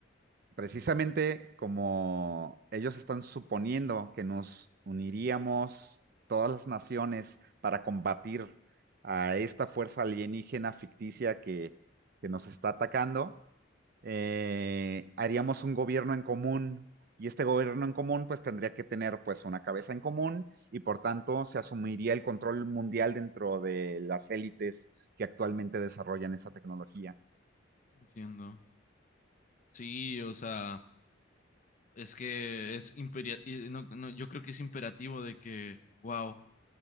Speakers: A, on the right (about 50°); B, on the left (about 40°).
A: Precisamente como ellos están suponiendo que nos uniríamos todas las naciones para combatir a esta fuerza alienígena ficticia que, que nos está atacando, eh, haríamos un gobierno en común y este gobierno en común pues tendría que tener pues una cabeza en común y por tanto se asumiría el control mundial dentro de las élites que actualmente desarrollan esa tecnología.
B: Entiendo. Sí, o sea, es que es imperia- y no- no, yo creo que es imperativo de que, wow.